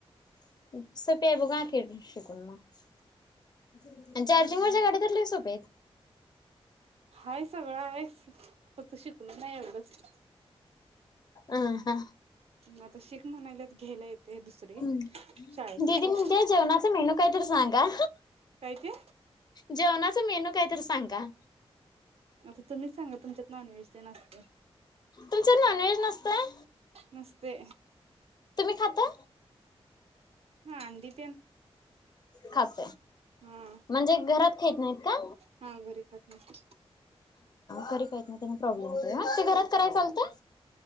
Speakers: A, on the left; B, on the right.
A: <unintelligible> अन चार्जिंग वरच्या गाड्या तर लै सोप्यायेत.
B: हाय सगळं आहे, फक्त शिकलो नाही एवढंच.
A: अ हा,
B: आता शिक म्हणाल्यात घ्यायला येते दुसरी
A: हम्,
B: शाळेसाठी
A: दिदी म्हणते जेवणाचा मेनू काय तर सांगा.
B: काय ते
A: जेवनाच मेनु. काहीतरी सांगा.
B: आता तुम्हीच सांगा तुमच्यात नॉनव्हेज ते ना असते.
A: तुमच नॉनवेज नसतय.
B: नस्ते.
A: तुम्ही खाता
B: हांदीप
A: खात
B: हा
A: म्हणजे घरात खेत नाहीत का.
B: हा घरी खात नाही
A: खरी का? म त्याना प्रॉब्लेम म ते घरात कराय चालत.